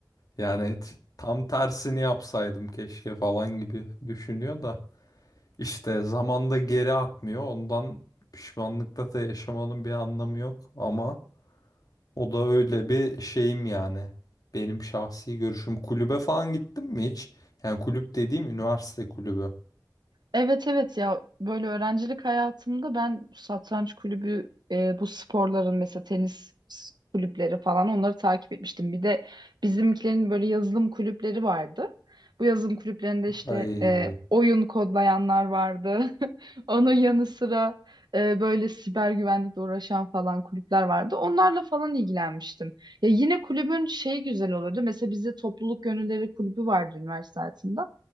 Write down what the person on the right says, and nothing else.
Evet evet ya böyle öğrencilik hayatımda ben satranç kulübü e, bu sporların mesela tenis s- kulüpleri falan onları takip etmiştim. Bir de bizimkilerin böyle yazılım kulüpleri vardı. Bu yazılım kulüplerinde işte
e, oyun kodlayanlar vardı. <laughs> Onun yanı sıra e, böyle siber güvenlikle uğraşan falan kulüpler vardı. Onlarla falan ilgilenmiştim. Ya yine kulübün şeyi güzel olurdu. Mesela bizde topluluk gönülleri kulübü vardı üniversite hayatımda.